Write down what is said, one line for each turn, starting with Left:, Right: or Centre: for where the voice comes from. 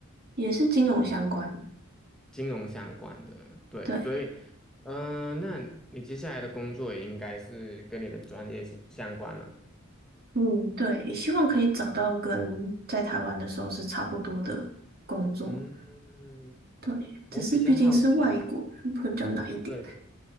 Right: 也是金融相关的。
Centre: 金融相关的，对，
Right: 对，
Centre: 所以嗯、呃那你接下来的工作也应该是跟你的专业相相关了。
Right: 嗯，对，希望可以找到跟在台湾的时候是差不多的工作。
Centre: 嗯，
Right: 对，只是毕竟是外国人，
Centre: 我比较好奇的。
Right: 会比较难一点。
Centre: 对。